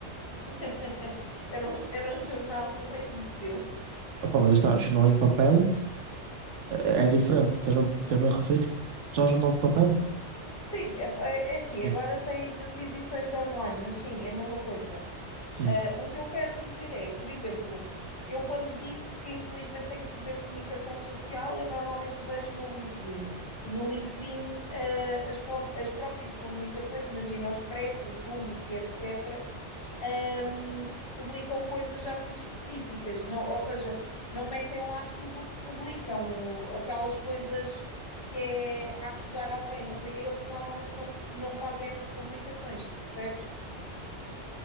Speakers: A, on the left (about 50°); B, on the right (about 90°).
A: <laughs> Era um, era um jornal do Reino de Deus.
B: Opa, mas aí está, jornal em papel eh, é diferente. Estás-me a estás-me a referir tipo, só ao jornal de papel?
A: Sim, é, é é assim,
B: Sim,
A: agora tens as edições online, mas sim, é a mesma coisa.
B: sim,
A: Ah, o que eu quero dizer é, por exemplo, eu quando digo que infelizmente tenho que ver comunicação social, eu normalmente vejo no LinkedIn. E no LinkedIn, ah, as, pró- as próprias publicações, imagina o Expresso, o Público, e etc., hum, publicam coisas já muito específicas, não, ou seja, não metem lá tudo o que publicam, aquelas coisas que é a acusar alguém, não sei, eles normalmente não, não fazem essas publicações, percebes?